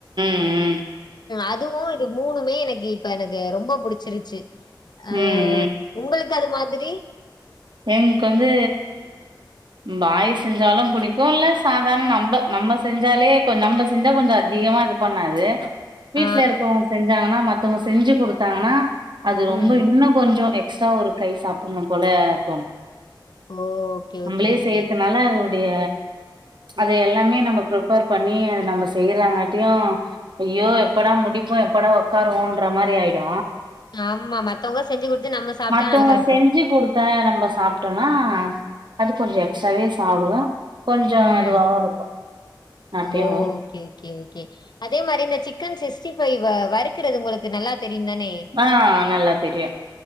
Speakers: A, on the right; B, on the left.
A: ம்
B: அதுவு இது மூணுமே எனக்கு இப்ப எனக்கு ரொம்ப புடுச்சுருச்சு
A: ம்,
B: அ
A: ம்,
B: உங்களுக்கு அது மா திரி
A: என்க்கு வந்து பாய் செஞ்சாலு புடிக்கு இல்ல சாதாரண நம்ம நம்ம செஞ்சாலே கொண் நம்ம செஞ்சா கொஞ்சோ அதிகமா இது பண்ணாது வீட்ல
B: ஆ.
A: இருக்கவுங்க செஞ்சாங்கன்னா மத் த்தவங்க செஞ்சு கொடுத்தாங்னா அது ரொம்ப
B: ம்.
A: இன்னு கொஞ்சோ எக் ஸ்ட்ரா ஒரு கை சாப்டுனு போல தோணு
B: ஓ! ஓகே,
A: நம்மளே
B: ஓகே, ஓகே.
A: செய்யறதுனால டிய அது எல்லாமே நம்ம ப்ரிப்பர் பண்ணி அத நம்ம செய்யறங்கட்டியு ஐயோ எப்படா முடிப்போ எப்படா உக்காருவோன்ற மாரி ஆயிடு
B: ஆமா மத்தவங்க செஞ்சு குடுத்து நம்ம சாப்ட்டா
A: மத்தவங்க
B: நல்லா இருக்கு
A: செஞ்சு குடுத்த நம்ம சாப்ட்டோனா அது கொஞ்ச எக்ஸ்ட்ராவே சாப்டுவோ கொஞ்ச
B: ம்.
A: அதுவாவு இருக்கு ஹாப்பியாவு
B: ஓ
A: இருக்கு
B: கே ஓகே ஓகே அதே மாரி இந்த சிக் கன் சிக்ஸ்டி ஃபைவ வறுக்கறது உங்களுக்கு நல்லா தெரியும் தானே?
A: ஆ நல்லா தெரியு